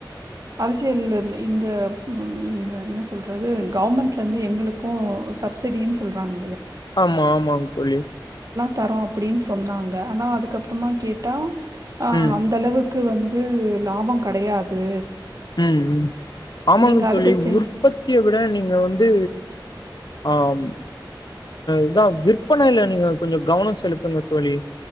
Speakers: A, on the right; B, on the left.
A: அரசியல்ல இந்த ம் என்ன சொல்றது கவுமெண்ட்ல இருந்து எங்குளுக்கு சப்சடியேன் சொல்றாங்க
B: ஆம்மா ஆமாங் தோழி
A: தரோ அப்டின் சொன்னாங்க ஆனா அதுக்கப்புறமா கேட்டா ஆஹ்
B: ம்
A: அந்த அளவுக்கு கிவன் உம் லாபம் கிடையாது
B: ம் ம் ஆமாங்க
A: நீங்கள்
B: தோழி
A: அதுக்கு தே
B: உற்பத்திய விட நீங்க வந்து ஆஹ் இதான் விற்பனையில நீங்க கொஞ்சோ கவனம் செலுத்துங்க தோழி